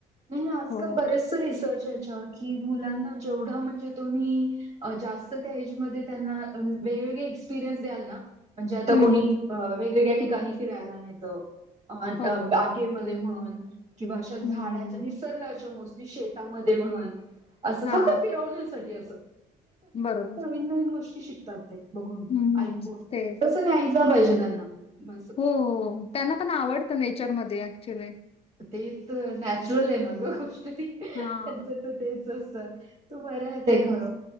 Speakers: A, on the right; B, on the left.
A: नाही आज
B: हो
A: काल बरेच रिसजर्च याच्यावर की मुलांना जेवढं म्हणजे तुम्ही जास्त त्या एजमध्ये त्यांना वेगवेगळे एक्सपिरियन्स द्याल ना म्हणजे आता
B: हम्म
A: कोणी वेगवेगळ्या ठिकाणी फिरायला नेत
B: हो
A: अ बागेमध्ये म्हण किंवा अशा झाडाच्या
B: हम्म
A: निसर्गाच्या मस्त शेतात मध्ये म्हण असं
B: हा
A: फक्त फिरवण्यासाठी
B: बरोबर.
A: नवीन गोष्टी शिकतात ते बघून
B: हम्म,
A: ऐकुन
B: तेच.
A: तस नाही ऐ पाहिजे त्यांना ब
B: हो त्यांना पण आवडतं नेचरमध्ये ऍक्च्युली
A: ते तर नॅचरल आहेना ग गोष्ट ती त्यांच
B: हां.
A: तर तेच तू बरं आहे ते खरं